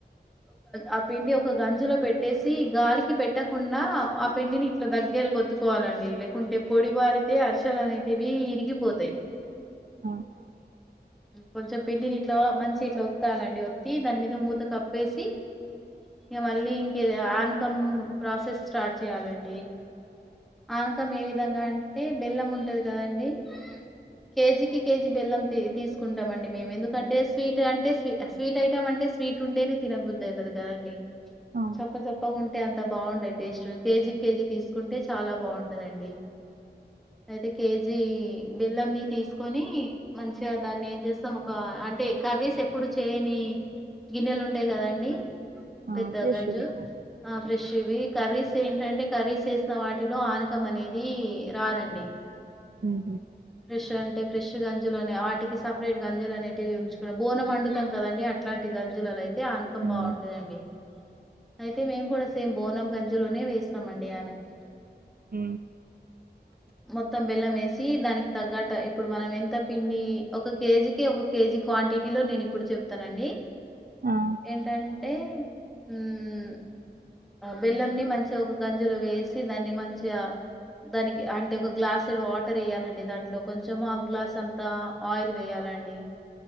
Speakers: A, in the centre; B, on the right.
A: ఆ పిండి ఒక గంజిలో పెట్టేసి గాలికి పెట్ట కుండా ఆ పిండిని ఇట్లా దగ్గర కొత్తుకోవాలండి లేకుంటే పొడి బారితే అరిసలు అనేటివి విరిగిపోతాయి
B: ఆహా
A: కొంచెం పిండిని ఇట్లో మంచి ఇట్లా వత్తాలండి ఒత్తి దాని మీద మూత కప్పేసి ఇంక మళ్ళీ ఇంకేద ఆన్కమ్ ప్రాసెస్ స్టార్ట్ చేయాలండి ఆనకం ఏ విధంగా అంటే బెల్లం ఉంటది కదండి కేజీకి కేజీ బెల్లం తీసుకుంటాంమండి మే ఎందుకంటే స్వీట్ అంటే స్వట్ ఐటమ్ అంటే స్వీట్ ఉంటే తిన బుద్ది అయితుంది కదండి
B: అవునండి
A: చప్ప చప్పగా ఉంటే అంత బాగుండది టేస్ట్ కేజీ కేజీ తీసుకుంటే చాలా బాగుంటందండి అయితే కేజీ బెల్లంన్ని తీసుకొని మంచిగా దాన్ని ఏం చేస్తాం ఒక అంటే కర్రీస్ ఎప్పుడు చేయని గిన్నెలు ఉంటాయి కదండి
B: ఆ
A: పెద్ద
B: ఫ్రెష్వి
A: గంజు ఆ ఫ్రెష్ వి కర్రీస్ ఏంటంటే కర్రీస్ వే వాటిలో ఆనకం అనేది రాదండి
B: ఉమ్
A: ఫెష్ అంటే ఫెష్ గంజలు అయి వాటికి సపరేట్ గంజలు అనేటివి ఉంచుకు బోనం వండుతాం కదండి అట్లాంటిది గంజులలో అయితే ఆనకం
B: ఉమ్
A: బాగుంటదండి అయితే మేము కూడా సేమ్ బోనం గంజులోనే వేస్తామ అండి ఆనకం
B: ఉ
A: మొత్తం బెల్లం వేసి దానికి తగ్గట ఇప్పుడు మనం ఎంత పిండి ఒక కేజీకి ఒక కేజీ క్వాంటిటీలో నేను ఇప్పుడు చెప్తానండి
B: ఆ
A: ఏంట అంటే మ్ బెల్లంని మంచిగా ఒక గంజులో వేసి దాన్ని మంచిగా దానికి అంటే ఒక గ్లాస్ వాటర్ వేయాలండి దాంట్లో కొంచెం ఆఫ గ్లాస్ అంతా ఆయిల్ వేయాలండి